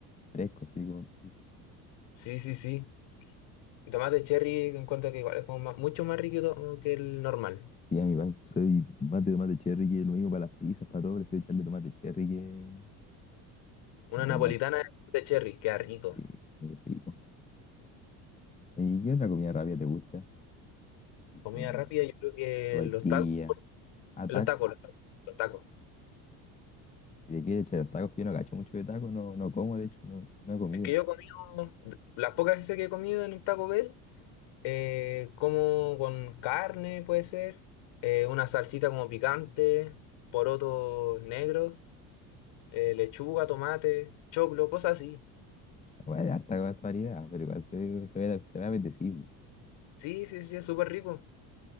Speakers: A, on the left; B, on the left.
A: fresco, así como...
B: Sí, sí, sí. El tomate cherry encuentro que igual es como más- mucho más rico que el normal.
A: Sí, a mí igual soy más de tomate cherry que lo mismo para las pizzas, para todo, prefiero echarle tomate cherry que normal.
B: Una napolitana de tomate cherry, queda rico.
A: Sí, muy rico. ¿Y qué otra comida rápida te gusta? y
B: Comida
A: con
B: rápida, yo creo que
A: sopaipilla,
B: los tacos,
A: ah,
B: los
A: tacos.
B: tacos, los tacos, los tacos.
A: ¿Y de qué? Che, los tacos que yo no cacho mucho de tacos, no, no como, de hecho, no, no he comido.
B: Es que yo he comido, las pocas veces que he comido en un Taco Bell, eh, como con carne, puede ser, eh, una salsita como picante, porotos negros, eh, lechuga, tomate, choclo, cosas así.
A: Bueno, hay harta va- variedad, pero igual se ve, se ve, se ve apetecible.
B: Sí, sí, sí, es súper rico.